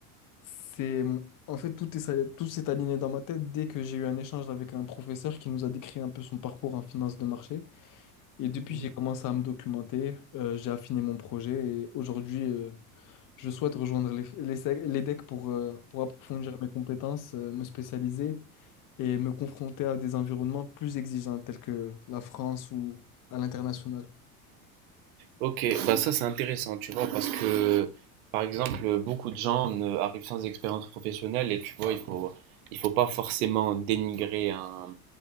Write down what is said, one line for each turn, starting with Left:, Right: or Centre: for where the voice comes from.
Left: c'est, en fait, tout est, ça- tout s'est aligné dans ma tête dès que j'ai eu un échange avec un professeur qui nous a décrit un peu son parcours en finance de marché. Et depuis,
Right: Mmh
Left: j'ai commencé à me documenter, euh, j'ai affiné mon projet et aujourd'hui, euh, je souhaite rejoindre les, les, sec- les decks pour, euh, pour approfondir mes compétences, euh, me spécialiser et me confronter à des environnements plus exigeants tels que la France ou à l'international.
Right: Ok, bah ça c'est intéressant, tu vois, parce que par exemple, beaucoup de gens ne- arrivent sans expérience professionnelle et tu vois, il faut, il faut pas forcément dénigrer un,